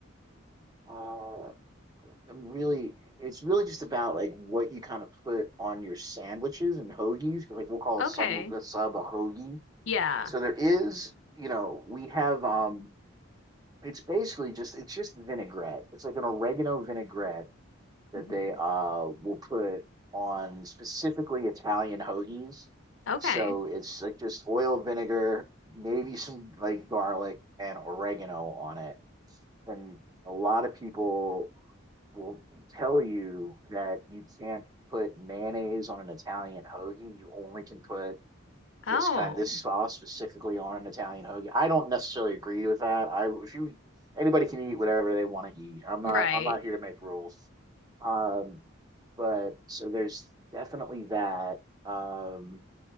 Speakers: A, on the right; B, on the left.
A: uh I'm really it's really just about like what you kind of put on your sandwiches and hoagies 'cause, like we'll call a
B: Okay.
A: sub a sub a hoagie.
B: Yeah.
A: So there is, you know, we have um it's basically just it's just vinaigrette. It's like an oregano vinaigrette that
B: hmm
A: they uh will put on specifically Italian hoagies.
B: Okay.
A: So it's like just oil, vinegar, maybe some like garlic and oregano on it. And a lot of people will tell you that you can't put mayonnaise on an Italian hoagie. You only can put
B: Oh,
A: this kind this sauce specifically on an Italian hoagie. I don't necessarily agree with that. I if you anybody can eat whatever they want to eat. I'm
B: right.
A: not I'm not here to make rules. Um, but so there's definitely that. Um,